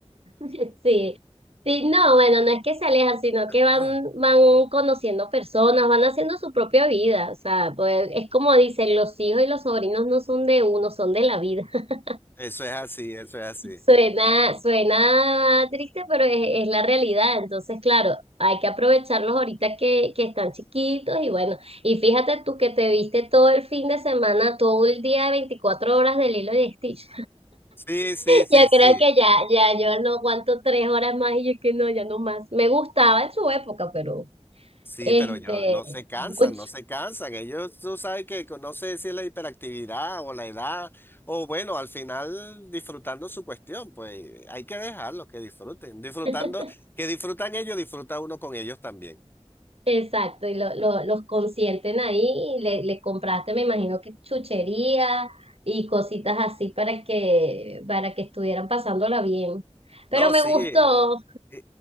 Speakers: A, on the right; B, on the left.
A: <laughs> Sí, sí, no, bueno, no es que se alejan, sino que
B: <clears throat>
A: van, van conociendo personas, van haciendo su propia vida, o sea, pues es como dicen, los hijos y los sobrinos no son de uno, son de la vida. <laughs>
B: Eso es así, eso es así.
A: Suena, suena triste, pero es, es la realidad, entonces, claro, hay que aprovecharlos ahorita que, que están chiquitos y bueno, y fíjate tú que te viste todo el fin de semana, todo el día, 24 horas del hilo de Stitch.
B: Sí, sí, sí,
A: Yo
B: sí.
A: creo que ya, ya, yo no aguanto tres horas más y yo que no, ya no más. Me gustaba en su época, pero
B: Sí,
A: este,
B: pero yo no se cansan,
A: mucho.
B: no se cansan. Ellos, tú sabes que con- no sé si es la hiperactividad o la edad, o bueno, al final disfrutando su cuestión, pues hay que dejarlos que disfruten. Disfrutando,
A: <laughs>
B: que disfrutan ellos, disfruta uno con ellos también.
A: Exacto, y lo- lo- los consienten ahí y le, le compraste, me imagino que chuchería y cositas así para que, para que estuvieran pasándola bien. Pero
B: No,
A: me
B: sí.
A: gustó,
B: Y,